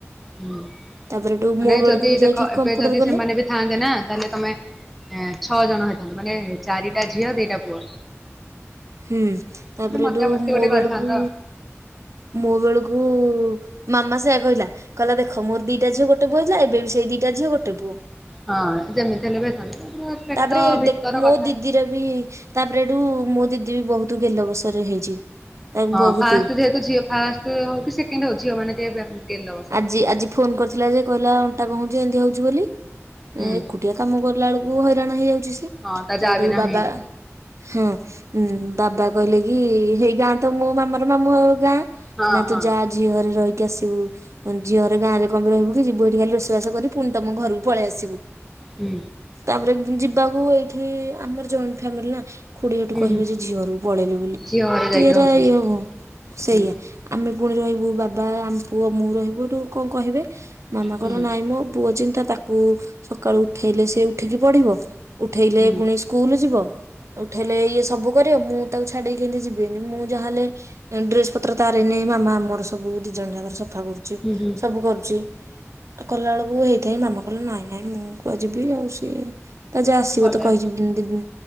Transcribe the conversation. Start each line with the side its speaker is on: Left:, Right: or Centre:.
Centre: ହୁଁ।
Right: ତାପରେ ଏଠୁ
Centre: ମାନେ
Right: ମୋ ବେଳକୁ
Centre: ଯ ଯି
Right: ବି ଯାଇକି
Centre: ଦେଖ
Right: କମ୍ପୁଟର
Centre: ଏବେ ଯଦି
Right: କଲେ।
Centre: ସେମାନେ ବି ଥାଆନ୍ତେ ନା, ତାହେଲେ ତମେ ଛଅ ଜଣ କଣ ହେଇଥାନ୍ତା ମାନେ ଚାରିଟା ଝିଅ ଦିଟା ପୁଅ।
Right: ହୁଁ। ତାପରେ
Centre: ଗୋଟେ ମଜାମସ୍ତି
Right: ଏଠୁ ମୋ
Centre: ଗୋଟେ
Right: ବେଳକୁ
Centre: କରିଥାନ୍ତ
Right: ମୋ ବେଳକୁ ମାମା ସେୟା କହିଲା, କହିଲା ଦେଖ ମୋର ଦିଟା ଝି, ଗୋଟେ ପୁଅ ହେଇଥିଲା। ଏବେ ବି ସେଇ ଦିଟା ଝିଅ, ଗୋଟେ ପୁଅ।
Centre: ହଁ ଯେମିତି ହେଲେ ବି ହେଇଥାନ୍ତା ପେଟ
Right: ତାପରେ
Centre: ଭିତର
Right: ଦେଖ୍ ମୋ
Centre: କଥା
Right: ଦିଦିର ବି ତାପରେ ଏଠୁ ମୋ ଦିଦି ବି ବହୁତ ଗେଲ ବସରେ ହେଇଛି। ତାକୁ
Centre: ହଁ।
Right: ବହୁତୁ
Centre: ଫାଷ୍ଟ ଯେହେତୁ ଝିଅ ଫାଷ୍ଟ ହଉ କି ସେକେଣ୍ଡ ହଉ, ଝିଅମାନେ ଟିକେ ଗେଲ ଅବସର
Right: ଆଜି
Centre: ହଉଛନ୍ତି
Right: ଆଜି ଫୋନ କରିଥିଲା ଯେ କହିଲା ଅଣ୍ଟା କଣ ହୋଉଛି, ଏମତି ହଉଛି ବୋଲି।
Centre: ହୁଁ
Right: ଏକୁଟିଆ କାମ କରିଲା ବେଳକୁ ହଇରାଣ ହେଇଯାଉ
Centre: ହଁ ତା
Right: ତାଠୁ
Centre: ଯା ବି ନାହିଁ
Right: ବାବା, ହଁ ବାବା କହିଲେ କି, ହେଇ ଗାଁ ତ ମୋ ମାମାର ମାମୁଁ ଘର ଗାଁ,
Centre: ହଁ
Right: ନା ତୁ
Centre: ହଁ
Right: ଯା ଝିଅ ଘରେ ରହିକି ଆସିବୁ। ଝିଅରେ ଗାଁରେ କଣପାଇଁ ରହିବୁ କି ଯିବୁ ଏଠି ଖାଲି ରୋଷେଇବାସ କରି ପୁଣି ତମ ଘରକୁ ପଳେଇ ଆସିବୁ।
Centre: ହୁଁ
Right: ତାପରେ ଯିବାକୁ ଏଇଠି ଆମର ଜଏଣ୍ଟ ଫ୍ୟାମିଲି ନା। ଖୁଡି ଏଠୁ
Centre: ହୁଁ
Right: କହିବେ
Centre: ହୁଁ
Right: ଯେ, ଝିଅ ଘରକୁ ପଳେଇଲି ବୋଲି।
Centre: ଝିଅ ଘରେ ଯାଇକି
Right: କିରା
Centre: ରହୁଛନ୍ତି
Right: ଇଏ ସେଇଆ
Centre: ହୁଁ
Right: ଆମେ ପୁଣି ରହିବୁ, ବାବା ଆମ ପୁଅ ମୁଁ ରହିବୁୁ। କଣ କହିବେ ମାମା କହିଲା
Centre: ହୁଁ
Right: ନାଇଁ ମୋ ପୁଅ ଚିନ୍ତା ତାକୁ ସକାଳୁ ଉଠେଇଲେ ସେ ଉଠିକି ପଢ଼ିବ, ଉଠେଇଲେ
Centre: ହୁଁ
Right: ପୁଣି ସ୍କୁଲ ଯିବ। ଉଠେଇଲେ ଇଏ ସବୁ କରିବ, ମୁଁ ତାକୁ ଛାଡିକି କେମତି ଯିବିନି, ମୁଁ ଯାହା ହେଲେ ଡ୍ରେସ ପତ୍ର ତାରି ମାମା ଆମର ସବୁ ଦି ଜଣ ଯାକର ସଫା କରୁଛି,
Centre: ହୁଁ ହୁଁ
Right: ସବୁ କରୁଛି। କଲା ବେଳକୁ ହେଇଥାଏ ମାମା କହିଲେ ନାଇଁ ନାଇଁ ମୁଁ କୁଆଡ଼େ ଯିବି? ଆଉ ସିଏ ତା ଯା ଆସିବ
Centre: ଗଲେ
Right: ତ କହିିଚି ଦି